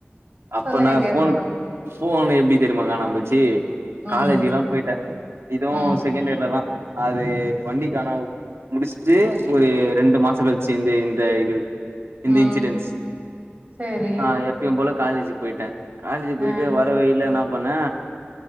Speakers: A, on the right; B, on the right.
A: அப்ப
B: சொல்லுங்க
A: நா
B: கேப்போ
A: ஃபோனுக் ஃபோனு எப்டி தெரியுமா காணாம போச்சு
B: ம்
A: காலேஜ்க்லா போயிட்டே இதுவு
B: ம்
A: செகண்ட் இயர்ல தா அது வண்டி காணாம முடிச்ட்டு ஒரு ரெண்டு மாசோ கழ்ச்சு வந்து இந்த இது இந்த
B: ம்
A: இன்சிடென்ஸ்
B: சேரி
A: ஆ எப்பையு போல காலேஜு போய்ட்டே காலேஜு போய்ட்டு
B: ஆ
A: வர் ற வழில என்ன பண்ணே